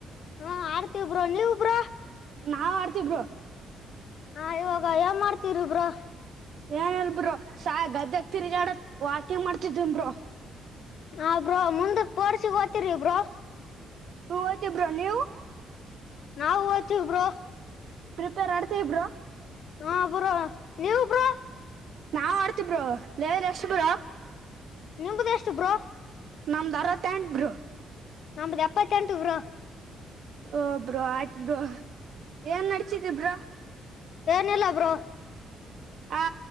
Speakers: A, on the left (about 65°); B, on the right (about 65°).
A: ಹಾ ಆಡ್ತೀವಿ ಬ್ರೊ ನೀವ್ ಬ್ರೋ
B: ನಾವ್ ಆಡ್ತೀವಿ ಬ್ರೋ
A: ಹಾ ಇವಾಗ ಏನ್ ಮಾಡ್ತಿರಿ ಬ್ರೊ.
B: ಏನಿಲ್ಬ್ರೊ ಸ ಗದ್ಯಾಗ್ ತಿರ್ಗ್ಯಾಡ್ಯಾದ್ ವಾಕಿಂಗ್ ಮಾಡ್ತಿದ್ದಿನ್ ಬ್ರೊ.
A: ಹ ಬ್ರೋ ಮುಂದಕ್ ಸ್ಫೂರೋಟ್ಸ್ ಹೊಯತಿರಿ ಬ್ರೋ
B: ಹೋಗಿದ್ದೆ ಬ್ರೋ ನೀವು
A: ನಾವು ಹೋಯ್ತು ಬ್ರೋ
B: ಪ್ರಿಪೇರ್ ಆಡ್ತೀವಿ ಬ್ರೋ
A: ಹಾ ಬ್ರೋ ನೀವು ಬ್ರೋ
B: ನಾವ್ ಆಡ್ತವಿ ಬ್ರೋ ಲೇವ ಎಷ್ಟ ಬ್ರೋ
A: ನಿಮದ ಎಷ್ಟ ಬ್ರೊ
B: ನಮ್ದ್ ಅರವತ್ತು ಎಂಟ ಬ್ರೊ
A: ನಮ್ದ ಎಪ್ಪತ್ತೆಂಟು ಬ್ರೋ
B: ಓ ಬ್ರೋ ಆಯ್ತ ಬ್ರೊ ಏನ್ ನಡಸಿದಿಬ್ರಾ.
A: ಏನ ಇಲ್ಲ ಬ್ರೋ.
B: ಹಾ